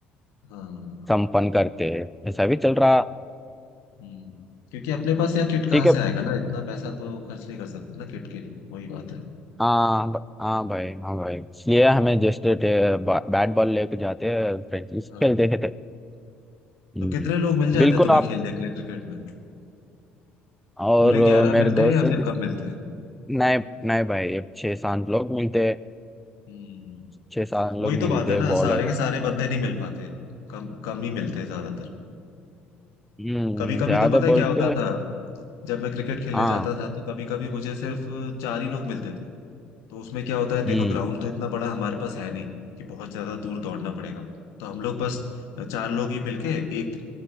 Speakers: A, on the left; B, in the centre.
A: हाँ
B: संपन्न करते ऐसा भी चल रहा
A: हम्म क्योंकि अपने पास यार किट कहाँ
B: ठीक है
A: से आएगा ना इतना पैसा तो खर्च नहीं कर सकते ना किट के लिए वही बात है
B: हाँ ब- हाँ भाई हाँ भाई इसलिए हमें जस्ट बैट बॉल लेके जाते फ्रेंडली से
A: हाँ
B: खेलते खेलते हम्म,
A: तो कितने लोग मिल जाते
B: बिल्कुल
A: हैं तुम्हें
B: आप
A: खेलने के लिए क्रिकेट में
B: और
A: पूरे ग्यारह
B: मेरे
A: मिलते
B: दोस्त
A: हैं या फिर
B: से
A: कम मिलते हैं
B: नहीं नहीं भाई अब छह सात लोग मिलते हैं
A: हम्म
B: छह सात लोग
A: वही तो
B: मिलते
A: बात है
B: हैं
A: ना
B: बॉलर
A: सारे के सारे बंदे नहीं मिल पाते कम कम ही मिलते हैं ज्यादातर
B: हम्म
A: कभी कभी
B: ज्यादा
A: तो पता है क्या
B: बोलते
A: होता
B: हैं
A: था जब मैं क्रिकेट खेलने
B: हाँ
A: जाता था तो कभी कभी मुझे सिर्फ चार ही लोग मिलते थे तो उसमें क्या होता है देखो
B: हम्म
A: ग्राउंड तो इतना बड़ा हमारे पास है नहीं कि बहुत ज्यादा दूर दौड़ना पड़ेगा तो हम लोग बस चार लोग ही मिलके एक